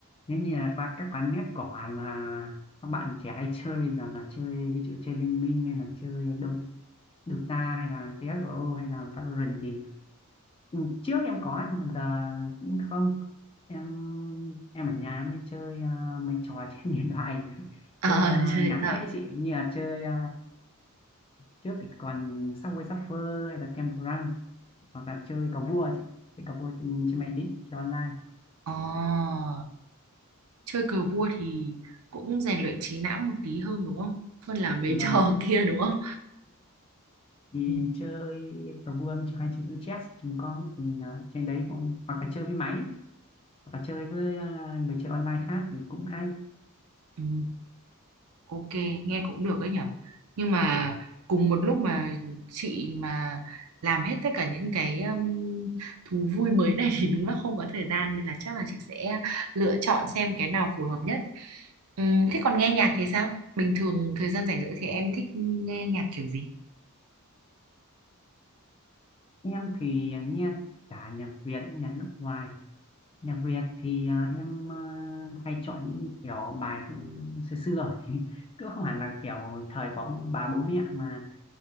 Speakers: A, on the left; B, on the right.
A: nếu như là qua các quán net cỏ mà các bạn trẻ hay chơi bây giờ mà chơi ví dụ chơi Liên Minh hay là chơi Do- Dota hay là CS:GO hay là Valorant thì ừ, trước em có nhưng mà giờ cũng không em em ở nhà em hay chơi ờ, mấy trò <laughs> trên điện thoại chơi
B: À,
A: ờ,
B: chơi
A: ngắn
B: điện thoại.
A: đấy chị như là chơi ờ, trước thì còn Subway Surfer hay là Temple Run hoặc là chơi cờ vua chị chơi cờ vua trên máy tính chơi online
B: À, chơi cờ vua thì cũng rèn luyện trí não một tí hơn đúng không? Hơn là mấy
A: Vâng,
B: <laughs> trò kia đúng không?
A: thì
B: Ừ.
A: chơi cờ vua chơi hay chơi chữ chess chúng con thì ờ, trên đấy cũng hoặc là chơi với máy hoặc là chơi với ờ, người chơi online khác thì cũng hay.
B: Ừ. Ok, nghe cũng được đấy nhở. Nhưng mà
A: Và
B: cùng một lúc mà chị mà làm hết tất cả những cái um, thú vui mới này thì đúng là không có thời gian nên là chắc là chị sẽ lựa chọn xem cái nào phù hợp nhất. Ừm, thế còn nghe nhạc thì sao? Bình thường thời gian rảnh rỗi thì em thích nghe nhạc kiểu gì?
A: em thì à, nghe cả nhạc Việt nhạc nước ngoài. Nhạc Việt thì ờ, em ờ, hay chọn những kiểu bài cũng xưa xưa rồi. <laughs> Cứ không hẳn là kiểu thời của ông bà bố mẹ mà